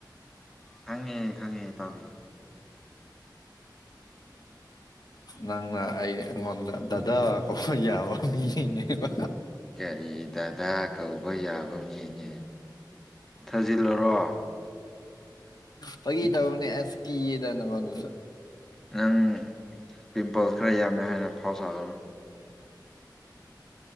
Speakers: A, in the centre; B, on the left.
A: ꯈꯪꯉꯦ ꯈꯪꯉꯦ ꯇꯥꯕꯤꯌꯨ
B: ꯅꯪꯅ ꯑꯩ ꯑꯩꯉꯣꯟꯗ ꯗꯗꯥꯗꯥ ꯀꯣ ꯌꯥꯕ ꯃꯤꯅꯦꯕ
A: ꯀꯔꯤ ꯗꯗꯥ ꯀꯧꯕ ꯌꯥꯕ ꯃꯤꯅꯦ ꯊꯥꯖꯤꯜꯂꯔꯣ
B: ꯐꯒꯤ ꯇ ꯃꯅꯤ ꯑꯁꯀꯤ ꯌꯦꯗꯅ ꯃꯅ
A: ꯅꯪ ꯄꯤꯝꯄꯜꯁ ꯈꯔ ꯌꯥꯝꯃꯦ ꯍꯥꯏꯗꯅ ꯐꯥꯎ ꯆꯥꯗꯅꯣ